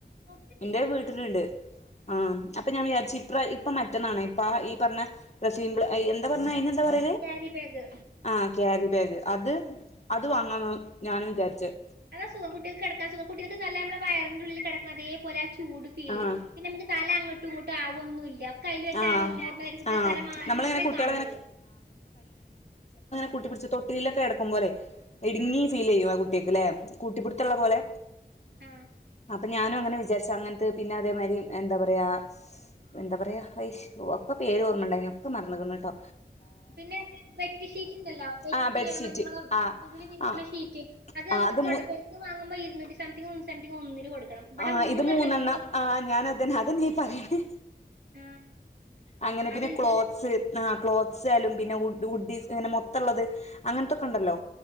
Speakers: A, on the right; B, on the left.
A: തൊട്ടിട്ടില്ല
B: എന്റെ വീട്ടിലുണ്ട്
A: അത് കെടക്ക്ണ്ട്
B: ആ അപ്പൊ ഞാൻവിചാരിച്ചു ഇ പ്രാ മറ്റന്നാണ് ഇപ്പ ഈ പറഞ്ഞ <unintelligible> എന്താ പറഞ്ഞെ അയ്‌ന് എന്താ പറ
A: ക്യാരി ബാഗ്
B: ആ ക്യാരി ബാഗ് അത് അത് വാങ്ങാൻ ഞാനും വിചാരിച്ചത്
A: അത സുഖ കുട്ടികക്ക് കിടക്ക സുഖം കുട്ടികൾ നല്ല നമ്മ വയറിന്റെ ഉള്ളിൽ കിടക്ക അതേോലെ ചൂട് ഫീല്
B: ആഹ്
A: ചെയ്യും പിന്നെ നമുക്ക് തല അങ്ങോട്ടും ഇങ്ങോട്ടും ആവൊന്നും ഇല്ല കയ്യിൽ വെച്ച
B: ആഹ്
A: ഓർമല കുട്ടിയുടെ
B: ആഹ്
A: തല മാത്രമേ
B: നമ്മളിങ്ങനെ കുട്ടികളെങ്ങനെ
A: കാണുള്ളൂ
B: കൂട്ടിപ്പിച്ച് തൊട്ടിലിലൊക്കെ കിടക്കുമ്പോലേ എടി
A: ആഹ്
B: നീ ഫീല് ചെയ്യുവോ ല്ലേ കൂട്ടിപിടുത്തം ഉള്ള പോലെ
A: ആ
B: അപ്പ ഞാനും അങ്ങനെ വിചാരിച്ച് അങ്ങനെ പിന്നെ അതേമാതിരി എന്താ പറയാ എന്താ പറയാ ഒക്കെ പേര് ഓർമ്മ ഉണ്ടായിനു ഒക്കെ മറന്നേക്കന് കേട്ടോ
A: പിന്നെ നമ്മടെ വെറ്റ് ഷീറ്റ് ഉണ്ടല്ലോ വെറ്റ്
B: ആ ബെഡ്ഷീറ്റ്
A: നമ്മ
B: ആ
A: ഇതില് വിരിക്കുണ
B: ആ
A: ഷീറ്റ് അത് നമുക്ക്
B: ആ
A: <unintelligible>
B: മൂ
A: വാങ്ങുമ്പോ ഇരുന്നൂറ്റി സംതിങ് സംതിങ് ഒന്നിന് കൊടുക്കണം ഇവിടെ
B: ആ ഇത് മൂന്നെണ്ണം
A: കിട്ടും
B: ആ ഞാനതിന് അതെന്നെയ ഈ പറയണെ
A: ആഹ്
B: അങ്ങനെ
A: അതുണ്ട്
B: പിന്നെ ക്ലോത്ത്സ് ആ ക്ലോത്സ് ആയാലും പിന്നെ ഉഡി ഇങ്ങനെ മൊത്തമുള്ളത് അങ്ങനത്തൊക്കെ ഉണ്ടല്ലോ